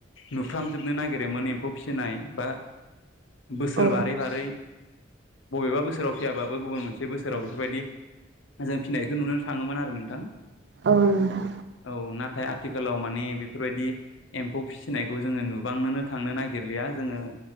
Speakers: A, on the left (about 75°); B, on the right (about 55°).
A: नुफ्रामजोबनो नागि रोमोन मोन एम्फौ फिसिनाय बा बोसोर
B: औ
A: बारै बारै बबेबा बोसोराव फियाबाबो गुबुन मोनसे बोसोराव बेफोरबायदि जों फिनायखौ नुनो थाङोमोन आरो नोंथां।
B: औ नोंथां।
A: औ नाथाय आथिखालाव माने बेफोरबायदि एम्फौ फिसिनायखौ जोङो नुबांनोनो थांनो नागिरलिया जोङो